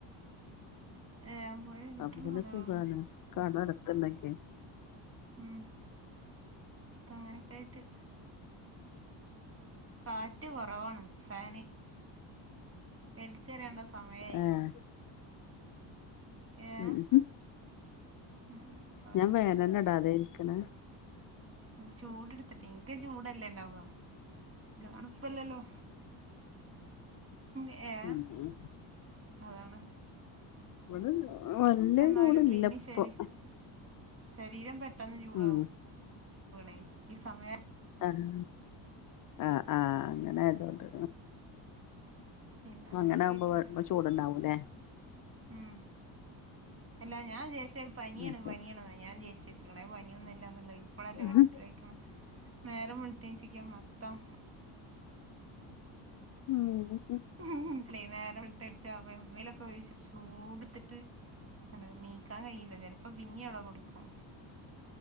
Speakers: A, on the right (about 30°); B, on the left (about 50°).
A: ഏ, പോയി കിട്ടണം
B: അപ്പൊ പിന്നെ
A: കടകളിൽ
B: സുഖാണ് <unintelligible> ന്താണ്ടാക്ക്യെ
A: ഉം തങ്ങനെയൊക്കെയായ് കാറ്റ് കൊറവാണ് ഫാന് വെലിച്ചെറിയേണ്ട സമയായി
B: ഏഹ്
A: ഏ
B: ഉം
A: ഉം അതാണ്
B: ഞാൻ ഫേനൊന്നുടാതേരിക്ക്ണേ
A: ചൂടെട്ത്തിട്ടെ ഇക്ക് ചൂടല്ലേ ഇണ്ടാവ തണുപ്പല്ലല്ലോ ഏഹെ ഏ
B: ഉം
A: അതാണ്
B: വ്ടെ വല്യ
A: എന്നാലും
B: ചൂട്ല്ലപ്പൊ
A: പിന്നെ ശരി ശരീരം പെട്ടെന്ന് ചൂടാവും
B: ഉം
A: വണേ ഈ സമയം
B: ആഹ് ആഹ് ആഹ് അങ്ങനായതോണ്ട്
A: പിന്നെ അങ്ങനൊക്കെ
B: അങ്ങനവ്മ്പോ
A: ആയിട്ട്
B: വെ ചൂടുണ്ടാവൂല്ലേ
A: ഉം അല്ലാ ഞാൻ വിചാ പനിയാണ്
B: ആഹ് ശരി
A: പനിയണെന്നാ ഞാൻ വിയാരിച്ചെച്ചേക്കണേ പനിയൊന്നുല്ലാന്നൊള്ളെ ഇപ്പോളല്ല
B: ആഹ്
A: മനസ്സിലായിക്കണ് നേരം വെള്തേച്ചിക്ക് മൊത്തം
B: ഉം
A: <unintelligible> നേരം വെൾത്തെൺച്ചാറിം. <unintelligible> ചൂടുത്തിട്ട് <unintelligible> നീക്കാൻ കയില്ല ചെലപ്പോ പിന്നീ അവിടെ കൊടുക്കും